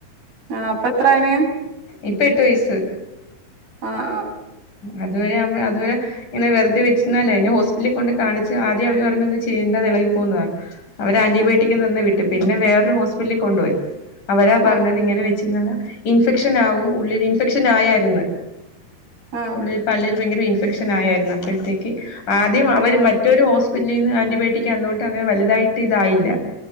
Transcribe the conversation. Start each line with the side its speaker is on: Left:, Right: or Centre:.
Right: ആഹ് അപ്പൊ എത്രായിന്
Left: ഇപ്പോ എട്ട് വയസ്സ്
Right: ആഹ് ആഹ്
Left: അതുവരെ നമ്മ അതുവരെ ഇങ്ങനെ വെറുതെ വെച്ച് ഇന്നാല് ഞാൻ ഹോസ്പിറ്റലിൽ കൊണ്ട് കാണിച്ച് ആദ്യം അവര് പറഞ് ഒന്ന് ചെയ്യണ്ട അതെളകി പോകുന്നതാ അവര് ആന്റിബയോട്ടിക്
Right: ആ
Left: തന്ന് വിട്ട് പിന്നെ വേറൊരു ഹോസ്പിറ്റലിൽ കൊണ്ടുപോയി അവരാ പറഞ്ഞത്
Right: ആ
Left: ഇങ്ങെനേ വെ <unintelligible> ഇൻഫെക്ഷൻ ആവും ഉള്ളിൽ ഇൻഫെക്ഷൻ ആയായിരുന്നു
Right: ആ
Left: ഉള്ളിൽ പല്ലിൽ ഭയങ്കര ഇൻഫെക്ഷൻ ആയായിരുന്നു അപ്പോഴത്തേക്ക് ആദ്യം അവര്
Right: ആ
Left: മറ്റൊരു ഹോസ് പിന്നെ ഇന്ന് ആന്റിബയോടിക്ക് ആന്നുകൊണ്ട് അങ്ങനെ വലുതായിട്ട് ഇതായില്ല